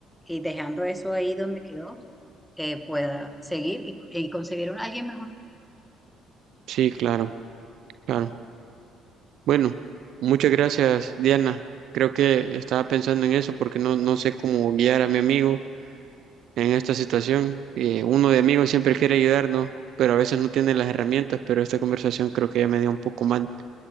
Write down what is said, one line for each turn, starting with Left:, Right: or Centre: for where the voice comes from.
Centre: y dejando eso ahí donde quedó, eh, pueda seguir y, y conseguir un alguien mejor.
Right: sí, claro, claro. Bueno, muchas gracias, Diana. Creo que estaba pensando en eso porque no, no sé cómo guiar a mi amigo en esta situación. Eh, uno de amigos siempre quiere ayudarnos, pero a veces no tiene las herramientas, pero esta conversación creo que ya me dio un poco más